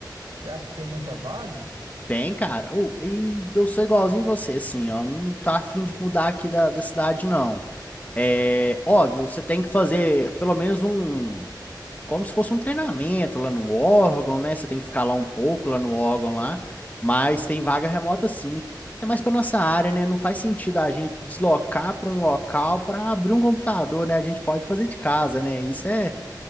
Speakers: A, on the right; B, on the left.
A: Você acha que tem muita vaga?
B: Tem, cara. Ô, e eu sou igualzinho você, assim, ó. Não tô afim de mudar aqui da, da cidade, não. É óbvio, você tem que fazer pelo menos um. Como se fosse um treinamento lá no órgão, né? Você tem que ficar lá um pouco, lá no órgão lá. Mas tem vaga remota sim. Até mais pra nossa área, né? Não faz sentido a gente deslocar pra um local pra abrir um computador, né? A gente pode fazer de casa, né? Isso é.